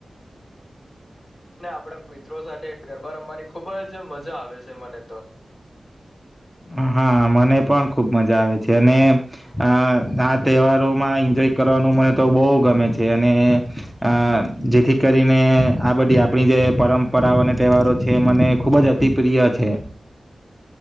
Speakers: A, on the left (about 50°); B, in the centre.
A: આપ આપ મિત્રો સાથે ગરબા રમવાની ખુબ જ મજા આવે છે મને તો
B: હા મને પણ ખૂબ મજા આવે છે અને આ આ તહેવારોમાં એન્જોય કરવાનું મને તો બો‌ ગમે છે અને આ જેથી કરીને આ બધી આપણી જે પરંપરાઓ અને તહેવારો છે મને ખૂબ જ અતિ પ્રિય છે